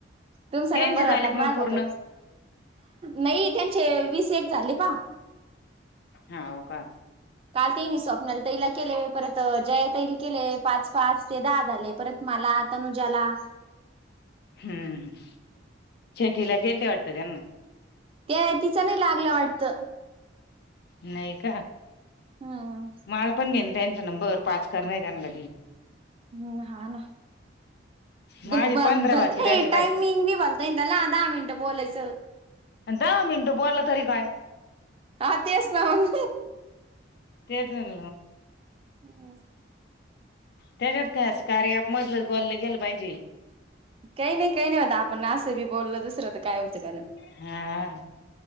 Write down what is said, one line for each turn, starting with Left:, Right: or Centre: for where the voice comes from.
Right: तुमचा
Left: त्यांचे
Right: नंबर
Left: झाले
Right: होता
Left: का
Right: माझाक
Left: मग पूर्ण
Right: नाही त्यांचे वीस एक झाले पा
Left: हा हो का.
Right: काल ते नाही स्वप्नाला. तैला केले परत जय तैल केले पाच पाच ते दहा झाले परत मला तनुजाला. <inaudible>
Left: हम्म चकीिला खळते वाटतर त्यांना
Right: त्या तिचा नाही लागलं वाटत.
Left: नाही का
Right: हम्.
Left: मला पण घेईन त्यांचा नंबर पाच करण त्यांना.
Right: हम्म हा ना.
Left: माझे
Right: भलत
Left: पंधरा बाकी राहिले बाय
Right: टाइमिंग बी भलतय त्याला आधहा मिनटं बोोलयच. च.
Left: दहा मिनटं बोलला तरी काय.
Right: हा तेच नाव.
Left: तेजल
Right: हम्
Left: त्याच्यात कास कार्य आपमधलंच बोललं गेलं पाहिजे
Right: काही नाही काही नाही आता आपण असं बी बोललं दुसरं तर काय होतं काण
Left: हा